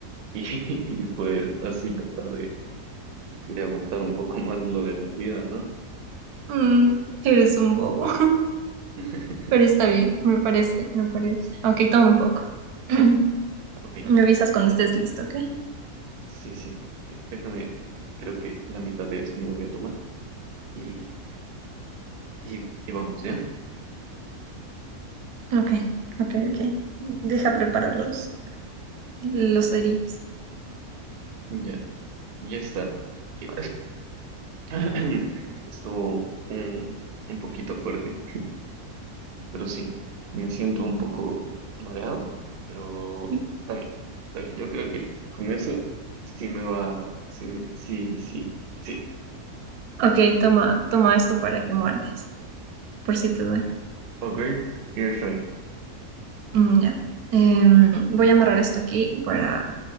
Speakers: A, on the right; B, on the right.
A: y, <laughs> pues así tratar de, de aguantar un poco más lo de la herida, ¿no?
B: Mm, eres un bobo.
A: <laughs>
B: Pero está bien, me parece, me parece. Ok, toma un poco. <clears throat>
A: Ok.
B: Me avisas cuando
A: eh,
B: estés listo, ¿ok?
A: sí, sí. eh, déjame, creo que la mitad de esto me voy a tomar. y Y, y vamos, ¿ya?
B: Ok, ok,
A: Mm,
B: ok. Deja preparar los, los cerillos.
A: Ya, ya está. Eh, <clears throat> Estuvo un, un poquito fuerte, pero sí, me siento un poco mareado, pero
B: <laughs>
A: está bien, está bien. Yo creo que con eso sí me va, sí, me- sí, sí, sí.
B: Ok, toma, toma esto para que muerdas, por si te duele.
A: Ok, yo estoy.
B: Mm, ya. Em, voy a amarrar esto aquí para,